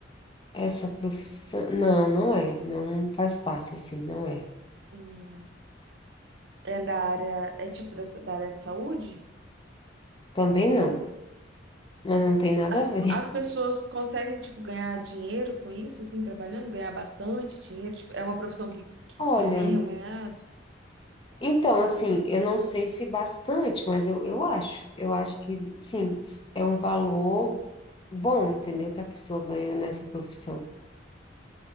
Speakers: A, on the left; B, on the right.
A: essa profissão. Não, não é. Não faz parte assim. Não é.
B: Hum, É da área, é tipo da, da área de saúde?
A: Também não. Mas não tem nada
B: As,
A: a ver.
B: as pessoas conseguem, tipo, ganhar dinheiro com isso, assim, trabalhando, ganhar bastante dinheiro, tipo, é uma profissão que
A: <laughs> Olha,
B: é bem remunerada.
A: então, assim, eu não sei se bastante, mas eu, eu acho. Eu acho que, sim, é um valor bom, entendeu? Que a pessoa ganha nessa profissão.